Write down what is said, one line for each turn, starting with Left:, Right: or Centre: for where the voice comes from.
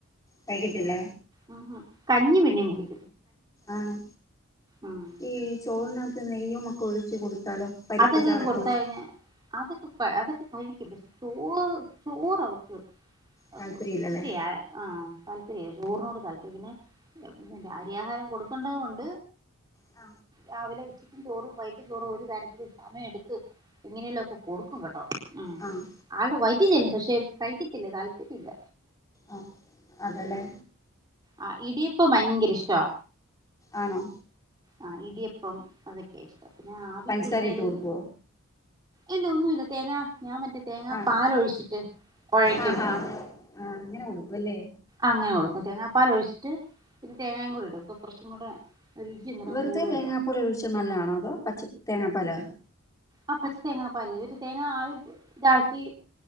Left: കഴിക്കത്തില്ല
Right: ഉം ഉം കഞ്ഞി പിന്നേം കുടി
Left: ആണോ
Right: ഉം
Left: ഈ ചോറ്നകത്ത് നെയ്യും ഒക്ക ഒഴിച്ച് കൊടുത്താലോ പരിപ്പ്
Right: അതക്ക
Left: ചാറൊക്കെ
Right: കൊടുത്ത്
Left: ഒഴിച്ച്
Right: കഴിഞാ അതക്കെ അതക്കെ കഴിക്കും പക്ഷെ ചോ ചോറ് അവക്ക് അപ്പൊ
Left: താല്പര്യമില്ലല്ലേ
Right: ഇഷ്ടേ ആ താല്പര്യല്ല ചോർനോട് താല്പര്യം പിന്നെ അരി ആഹാരം കൊടുക്കണ്ടത് കൊണ്ട്
Left: ആ
Right: രാവിലെ ഉച്ചക്കും ചോറു വൈകിട്ട് ചോറും ഒരു തര്ത്തില് സമയം എട്ത്ത് എങ്ങനെയല്ലോ ഒക്ക കൊടുക്കും കേട്ടോ ഉം
Left: ആഹ്
Right: ആൾടെ വൈറ്റി ചെല്ലും പക്ഷെ കയിക്കത്തില്ല താല്പര്യല്ല
Left: ആ അതെ ലെ
Right: ആ ഇടിയപ്പ ഭയങ്കര ഇഷ്ടവാ
Left: ആണോ
Right: ആ ഇടിയപ്പം അതെക്കെയ ഇഷ്ടം പിന്നെ ആവി-
Left: പഞ്ചസാര
Right: പുഴുങ്ങിയത്
Left: ഇട്ട് കൊടുക്കുവോ
Right: ഇല്ല ഒന്നു ഇല്ല തേങ്ങാ ഞാൻ മറ്റേ തേങ്ങാ
Left: ആഹ്
Right: പാലൊഴിച്ചിട്ട് കോഴക്കും
Left: ആഹാ ആഹ് അങ്ങനെ കൊടുക്കുവല്ലേ
Right: അങ്ങനെ കൊടുക്കും തേങ്ങാപ്പാല ഒഴിച്ചിട്ട് പിന്നെ തേങ്ങായും കൂടി ഇടും അപ്പ കൊർച്ചും കൂടെ രുചി അന്നേരം
Left: വെറ്ത
Right: കൂടുമല്ലോ
Left: തേങ്ങാപ്പൽ ഒഴിച്ച നല്ലാണോ അതോ പച്ച തേങ്ങാപ്പാലോ
Right: ആ പച്ച തേങ്ങാ പാല് ഒരു തേങ്ങാ ആ താക്കി